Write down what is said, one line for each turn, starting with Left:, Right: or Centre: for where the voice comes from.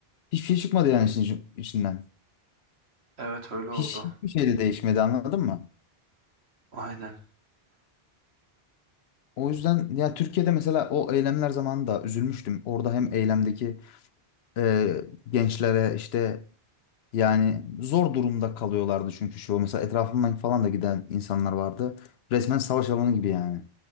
Left: Hiçbir şey çıkmadı yani işin içinden.
Right: evet öyle oldu.
Left: Hiç, hiçbir şey de değişmedi anladın mı?
Right: Aynen.
Left: O yüzden ya Türkiye'de mesela o eylemler zamanında üzülmüştüm. Orada hem eylemdeki e, gençlere işte Yani zor durumda kalıyorlardı çünkü şu mesela etrafımdan falan da giden insanlar vardı. Resmen savaş alanı gibi yani.